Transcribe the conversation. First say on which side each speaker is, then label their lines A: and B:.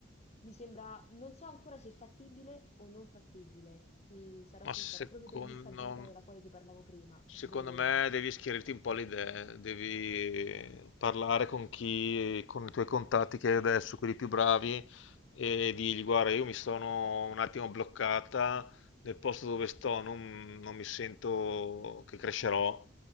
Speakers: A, on the left; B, on the left.
A: mi sembra, non so ancora se è fattibile o non fattibile, ti sarò
B: Ma
A: sincera,
B: secondo,
A: proprio per l'instabilità della quale ti parlavo prima,
B: secondo
A: vedremo.
B: me devi schierirti un po' le idee, devi parlare con chi, con i tuoi contatti che hai adesso, quelli più bravi, e dirgli: Guarda, io mi sono un attimo bloccata nel posto dove sto, non, non mi sento che crescerò,